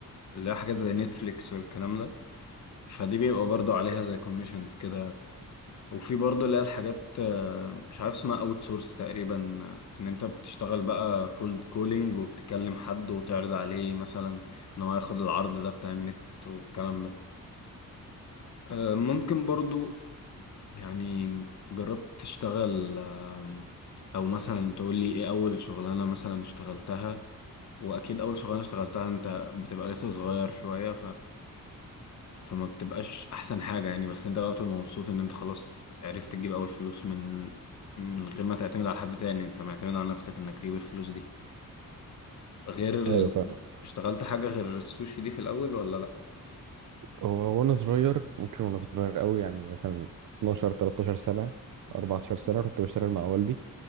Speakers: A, on the left; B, on the right.
A: اللي هي حاجات زي نتفليكس والكلام ده فدي بيبقى برضو عليها زي كوميشنز كده وفي برضه اللي هي الحاجات آه، مش عارف اسمها اوت سورس تقريبا آه، ان انت بتشتغل بقى كولد كولينج وبتكلم حد وتعرض عليه مثلا ان هو ياخد العرض ده بتاع النت والكلام ده آه، ممكن برضه يعني جربت تشتغل آه، او مثلا تقول لي ايه اول شغلانة مثلا اشتغلتها واكيد اول شغلانة اشتغلتها انت بتبقى لسه صغير شوية فما بتبقاش احسن حاجة يعني بس انت بقى بتبقى مبسوط ان انت خلاص عرفت تجيب اول فلوس من من غير ما تعتمد على حد تاني انت معتمد على نفسك انك تجيب الفلوس دي غير ال...
B: ايوه فاهم
A: اشتغلت حاجة غير السوشي دي في الاول ولا لا
B: هو وانا صغير ممكن وانا صغير قوي يعني مثلا 12 13 سنه 14 سنه كنت بشتغل مع والدي